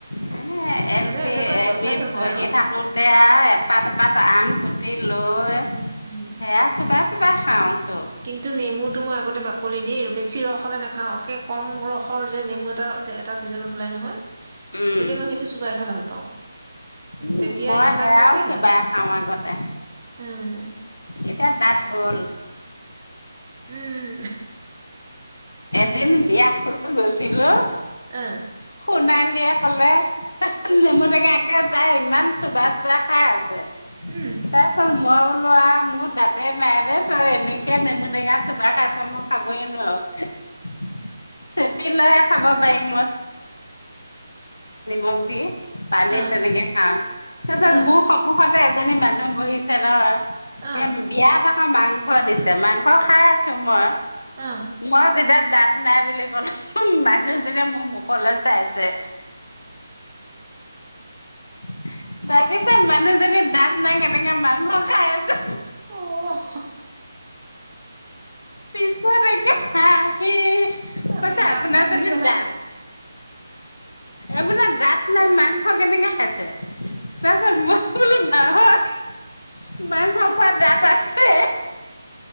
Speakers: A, on the left; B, on the right.
A: মই এল
B: মানে
A: পি
B: এনেকুৱা জলফাই
A: এম ইত
B: চলফাই
A: পঢ়ি
B: আৰু
A: থাকোতে আৰু এপাত এপাত আম কুটি লৈ
B: উম উম উম
A: সেয়া চোবাই কিবা খাওঁ, চব
B: কিন্তু নেমুটো মই আগতে <unintelligible> চিৰসহলে নাখাও। কে', কম ৰস যে নেমু এটা, এটা ছিজনত ওলাই নহয়।
A: উম
B: তেতিয়া মই সেইটো চোবাই খাই ভাল পাওঁ।
A: উম',
B: তেতিয়া
A: মই
B: ইমান দাঁত
A: সেয়াও
B: নেটেঙাই
A: চোবাই খাওঁ আগতে।
B: উম
A: এটা দাঁত গ'ল।
B: উম।
A: এন বিয়া খাব গৈছিলোঁ।
B: আহ
A: শুনাই ক'লে নেমু টেঙা একে তাই ইমান চোবাই চোবাই খাই আছে।
B: উম
A: তাইছত ম লোৱা মোৰ দাঁতেই নাই দেই, তই এনেকে নেমু টেঙা চোবাই খাইছ, মই খাবই নোৱাৰোঁ। চেপি লৈহে খাব পাৰিম মই। <unintelligible> পানীত
B: আহ
A: তেনেকে খাওঁ, তাৰ পিছত
B: আহ
A: মোৰ সন্মুখতে মানে মানুহ বহিছে নহয়।
B: আহ
A: হে বিয়া অঁ মাংস দিছে, মাংস খাই আছোঁ মই।
B: আহ
A: মই যেতিয়া দাঁত নাই বুলি ক'লে মানুহজনে মোৰ মুখলৈ চাইছে <unintelligible> ভাবিছে মানুহজনী দাঁত নাই কেনেকে মাংস খাই আছে।
B: অঁ
A: পিছত একে হাঁহি, সি
B: আপুনি
A: কৈছে
B: দাঁত
A: আপোনাৰ
B: নাই বুলি
A: যদি
B: ক'লে
A: দাঁত, আপোনাৰ দাঁত নাই মাং কেনেকে খাইছে টাইছত মই বোলো নহয় <inaudible> মাংস খোৱা দাঁত আছে।